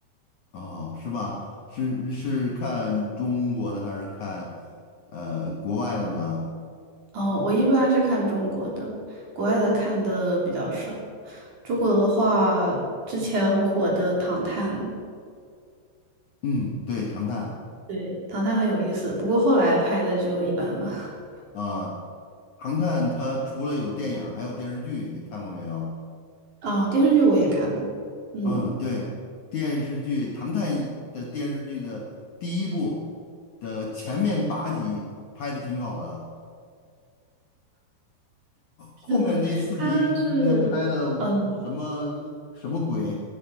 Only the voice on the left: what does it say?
哦，是吧？是是看中国的还是看呃国外的呢？
嗯，对，《唐探》
啊，《唐探》它除了有电影儿还有电视剧，你看过没有？
嗯，对，电视剧《唐探》的电视剧的第一部的前面八集拍的挺好的，
后面那四集那拍的我什么
什么鬼，